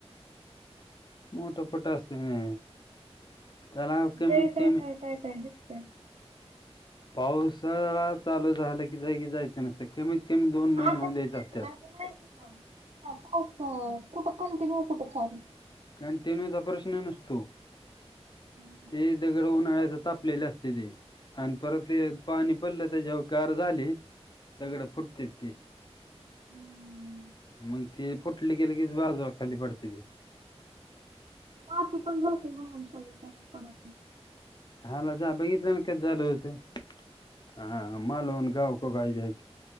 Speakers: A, on the left (about 40°); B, on the right (about 75°).
A: मोठो फोट असते. ना त्याला कमीत
B: लय काय
A: कमी
B: काय काय काय दिसतंय
A: पावसाळा चालू झालं की जाय की जायचं नसतं कमीत कमी दोन महिने
B: आता
A: होऊन
B: कुठे
A: द्यायचे असतत.
B: पण आता नाही का? पा कुठं कंटिन्यू कुठं चालू
A: कारण ते नचा प्रश्न नसतो
B: हम्म.
A: ते दगड होऊनच लेले असते ते आणि परत ते पाणी पडलं आता जेव्हा कार झाली दगडं फुटते ती
B: हम्म
A: मग ते फुटलं गेलं की बाजूला खाली पडते. ते
B: माती पण जाते वाहून सगळण..
A: हला जा बघितलं ना कस झालं होतं.. ह अम लोन काओो कायज यती..